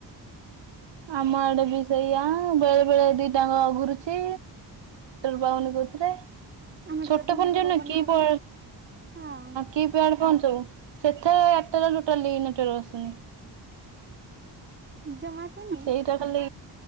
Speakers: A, on the right; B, on the right.
A: ଆମ ଆଡେ ବି ସେଇଆ ବେଳେ ବେଳେ ଦି ଟାଙ୍କ ଅଘୁରୁଛି ପାଉନି କହୁଥିଲେ
B: ଆମର
A: ଛୋଟ
B: ଯଦି ମେଘ
A: ଫୋନ୍ ଯୋଉ
B: ପବନ
A: କି
B: ହବ
A: ହଁ
B: ହଁ
A: କିପ୍ଯାଡ଼୍। କଣ ସବୁ ସେଠାରେ ଆଠ୍ ଟାରୁ ଟୋଟାଲି ନେଟୱାର୍କ ଆସୁନି।
B: ଜମାଆସୁନି
A: ସେଇଟା ଖାଲି